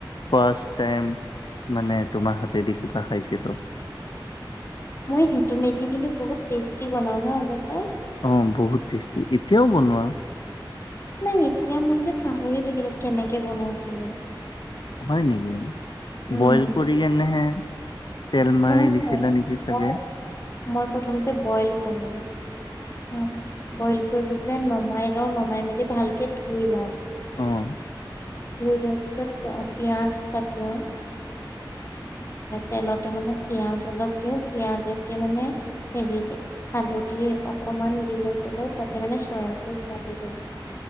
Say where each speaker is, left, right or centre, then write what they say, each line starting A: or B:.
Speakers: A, on the left; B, on the left.
A: ফাৰ্ষ্ট টাইম। মানে তোমাৰ হাতে দি কিবা খাইছিলো।
B: মই সেইটো মেগি কিন্তু বহুত টেষ্টি বনাও ন আগতে।
A: অ' বহুত টেষ্টি, এতিয়াও বনোৱা।
B: নাই এতিয়া মই যে পাহৰি থাকিলো কেনেকে বনাইছিলো।
A: হয় নেকি
B: উম।
A: বইল কৰি কেনেহে তেল মাৰি
B: নহয়-
A: দিছিলা
B: নহয়,
A: নেকি চাগে?
B: মই- মই প্ৰথমতে বইল কৰো। উম, বইল কৰি লৈ পেলাই নমাই লওঁ নমাই মেলি ভালকে ধুই লওঁ।
A: অ'।
B: ধুই লোৱাৰ পিছত পিয়াজ কাটো তেলত তাৰ মানে পিয়াজ অলপ দিওঁ পিয়াজতে মানে হেৰি হালধি অকমান দি লৈ পেলাই তাতে মানে চয় চচ থাকি দিওঁ।